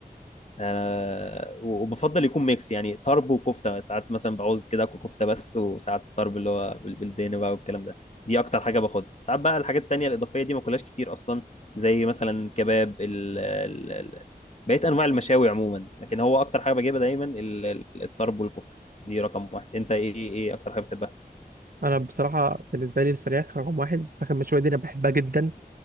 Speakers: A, on the left (about 45°); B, on the right (about 65°).
A: آه وبفضل يكون ميكس يعني طرب وكفته ساعات مثلا بعوز كده اكل كفته بس وساعات طرب اللي هو بال- بالدهن بقى والكلام ده دي اكتر حاجه باخدها ساعات بقى الحاجات التانيه الاضافيه دي ما كلهاش كتير اصلا زي مثلا كباب ال ال ال بقيت انواع المشاوي عموما لكن هو اكتر حاجه بجيبها دايما ال- ال- الطرب والكفته دي رقم واحد انت ايه ايه إيه اكتر حاجه بتحبها
B: انا بصراحه بالنسبه لي الفراخ رقم واحد الفراخ المشويه دي انا بحبها جدا